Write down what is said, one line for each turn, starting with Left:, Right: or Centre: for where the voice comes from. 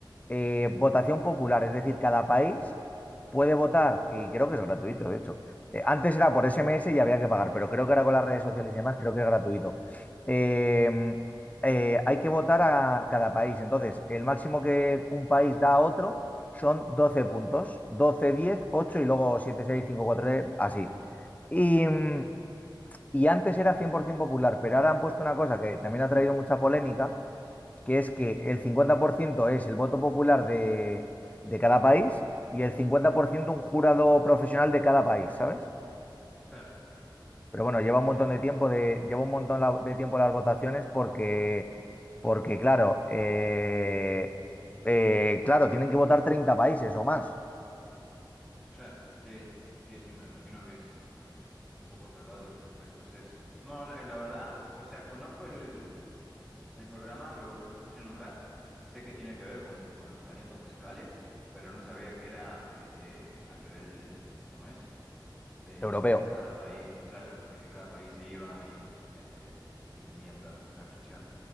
Left: eh, votación popular, es decir, cada país puede votar, y creo que es gratuito, de hecho. Eh, antes era por SMS y había que pagar, pero creo que ahora con las redes sociales y demás, creo que es gratuito. Eh, eh, hay que votar a cada país. Entonces, el máximo que un país da a otro son 12 puntos, doce diez ocho y luego siete seis cinco cuatro 3, así. Y, mm, y antes era 100% popular, pero ahora han puesto una cosa que también ha traído mucha polémica, que es que el 50% es el voto popular de, de cada país y el 50% un jurado profesional de cada país, ¿sabes?
Centre: Claro,
Left: Pero bueno, lleva un montón
Centre: ahí va.
Left: de tiempo de, lleva un montón la- de tiempo las votaciones porque, porque claro, eh, eh, claro, tienen que votar 30 países o más.
Centre: Claro, sí, sí, sí, me imagino que es un poco tardado el, el proceso. No, no, eh, la verdad, o sea, conozco el... El programa lo, lo escuché nombrar, sé que tiene que ver con, con los talentos musicales, pero no sabía que era este, a nivel, ¿cómo es? De,
Left: Europeo.
Centre: de que cada país, claro, de que cada país iba y, este, y tenían la, la actuación.